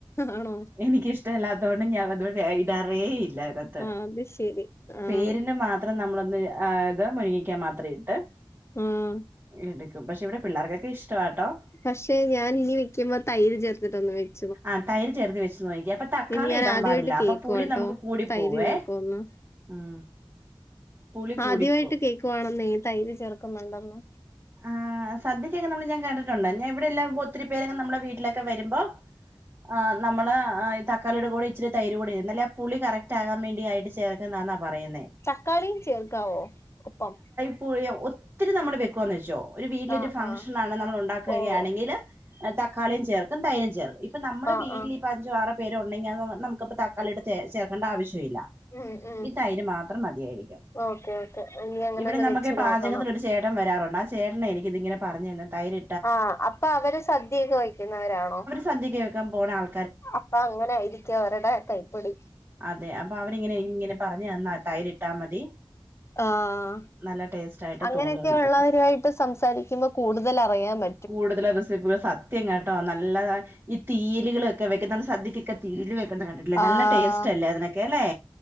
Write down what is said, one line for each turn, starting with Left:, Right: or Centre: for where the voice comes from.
Left: ആണോ.
Right: എനിക്കിഷ്ടവില്ലാത്തോണ്ട് ഞാൻ വത് വരെ ഇടാറേ ഇല്ലാ അതിനാ ത്
Left: ആഹ് അത് ശരി ആഹ്
Right: പേരിന് മാ ത്രം നമ്മളൊന്ന് ആഹ് ഇത് മുരിങ്ങക്കാ മാത്രം ഇട്ട്.
Left: ആഹ്
Right: എടുക്കും പക്ഷെ ഇവിടെ പിള്ളേർക്കൊക്കെ ഇഷ്ടവാട്ടോ.
Left: പക്ഷെ ഞാൻ ഇനി വെക്കുമ്പോ തൈര് ചേർത്തിട്ടൊന്ന് വെക്ക്
Right: ആഹ് തൈര് ചേർത്ത് വെച്ച് നോക്കിക്കെ അപ്പൊ തക്കാളി
Left: ഇത് ഞാൻ
Right: ഇടാൻ
Left: ആദ്യമായിട്ട്
Right: പാടില്ല അപ്പൊ
Left: കേക്കുവാട്ടോ
Right: പുളി നമുക്ക് കൂടി
Left: തൈര്
Right: പോവേ.
Left: ചേർക്കുവെന്ന്
Right: ഉം. പുളി കൂടിപ്പോവും
Left: ആദ്യവായിട്ട് കേക്കുവാണന്നേ ഈ തൈര് ചേർക്കുന്നുണ്ടെന്ന്.
Right: ആഹ് സദ്യക്കൊക്കെ നമ്മള് ഞാൻ കേട്ടിട്ടുണ്ട് ഞാ ഇവിടെല്ലാം ഒത്തിരിപേരൊക്കെ നമ്മളെ വീട്ടിലൊക്കെ വരുമ്പോ. ആഹ് നമ്മള് ഈ തക്കളീടെ കൂടെ ഇിച്ചിരി തൈര് കൂടിന്നാല്ലേ ആ പുളി കറക്റ്റാകാൻ വേണ്ടി ആയിട്ട് ചേർ ക്ക്ന്നാന്നാ പറയുന്നേ.
Left: തക്കാളീം ചേർക്കാവോ ഒപ്പം.
Right: പ്പൊഴിയൊ ഒത്തിരി നമ്മള് വെക്കുവാന്ന് വെച്ചോ ഒരു വീട്ടിലൊരു
Left: ആഹ്
Right: ഫംഗ്ഷനാണ്
Left: ആഹ്
Right: നമ്മള് ഉണ്ടാക്കുകയാണെങ്കില്
Left: ഓഹ്
Right: തക്കാളീം ചേർക്കും തൈരും ചേർക്കും. ഇപ്പ നമ്മുടെ
Left: ആഹ്
Right: വീട്ടിൽ
Left: ആഹ്
Right: ഇപ്പൊ അഞ്ചോ ആറോ പേരുണ്ടെങ്കി അന്ന് നമുക്കപ്പോ താളിടെ ചേർക്കണ്ട ആവശ്യവില്ലാ.
Left: ഉം ഉം
Right: ഈ തൈര് മാത്രം മതിയായിരിക്കും
Left: ഓക്കെ ഓക്കെ ഇനി അങ്ങനെ
Right: ഇവിടെ
Left: ഒന്ന്
Right: നമുക്ക്
Left: വെച്ച്
Right: പാചകത്തില്
Left: നോക്കണം
Right: ഒരു ചേ ട്ടം വരാറുണ്ട് ആ ചേട്ടനാ എനിക്കിതിങ്ങനെ പറഞ്ഞു തന്നെ തൈരി
Left: ആഹ് അപ്പൊ അവര് സദ്യൊക്കെ വെക്കുന്നവരാണോ.
Right: സദ്യൊക്കെ വെക്കൻ പോണ ആൾ
Left: അപ്പ അങ്ങനെ ആയിരിക്കും അവരടെ കൈപ്പൊടി.
Right: അതെ അപ്പൊ അവരിങ്ങനെ ഇങ്ങനെ പറഞ്ഞു തന്നാ തൈരിട്ടാ മതി.
Left: ആഹ്
Right: നല്ല ടേസ്റ്റ് ആയിട്ട്
Left: അങ്ങനെയൊക്കെ
Right: തോന്നുന്നൊക്കെ
Left: ഉള്ളവരുവായിട്ട്
Right: പറഞ്ഞു
Left: സംസാരിക്കുമ്പോ കൂടുതൽ അറിയാൻ പ
Right: കൂടുതലും റെസിപ്പികള് സത്യം കേട്ടോ നല്ലത ഈ തീയല്കളൊക്കെ വെക്കുന്ന സദ്യകൊക്കെ തീയല് വെക്കണ്ട കണ്ടിട്ടില്ലേ
Left: ആഹ്
Right: നല്ല ടേസ്റ്റ് അല്ലേ അതിനൊക്കെ അല്ലേ